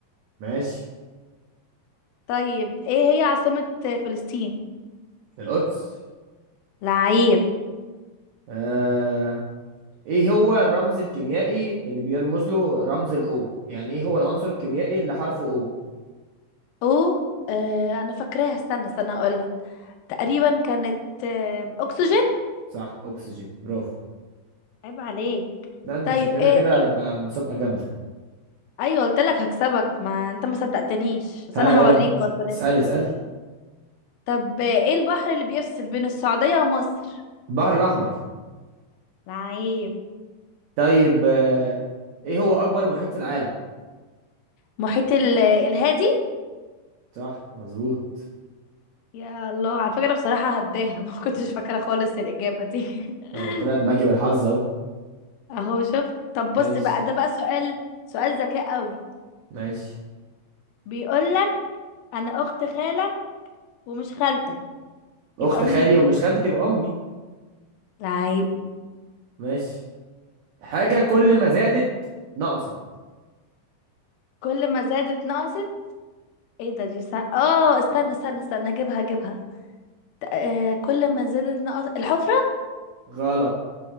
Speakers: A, on the right (about 80°); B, on the left (about 85°).
A: ماشي
B: طيب ايه هي عاصمة فلسطين
A: القدس
B: لعيب
A: آه... ايه هو الرمز الكيميائي اللي بيرمز له رمز الاو يعني ايه هو العنصر الكيميائي اللي حرفه او
B: او آه انا فاكراها استنى استنى هقولك تقريبا كانت آه اكسجين
A: صح اكسجين برافو
B: عيب عليك
A: لا انت
B: طيب
A: شكلنا
B: ايه
A: كده
B: ايه
A: هنبقى مسابقة جامدة
B: ايوه قلت لك هكسبك ما انت ما صدقتنيش بس
A: ها
B: انا
A: يلا
B: هوريك برضه ليه
A: اسألي اسألي
B: طب ايه البحر اللي بيفصل بين السعودية ومصر
A: البحر الاحمر
B: لعيب
A: طيب آه... ايه هو اكبر محيط في العالم
B: محيط ال- الهادي
A: صح مظبوط
B: يا الله على فكرة بصراحة هبداها <laughs> ما كنتش فاكرة خالص الإجابة دي <laughs>
A: اهو طلعت معاكي بالحظ اهو
B: اهو شفت طب بص
A: ماشي
B: بقى ده بقى سؤال سؤال ذكاء قوي
A: ماشي
B: بيقول لك انا اخت خالك ومش خالتك
A: اخت
B: يبقى
A: خالي
B: مين
A: ومش خالتي تبقى امي
B: لعيب
A: ماشي حاجه كل ما زادت نقصت
B: كل ما زادت نقصت ايه ده دي سا... اه استنى استنى استنى هجيبها هجيبها آه كل ما زادت نقص الحفرة
A: غلط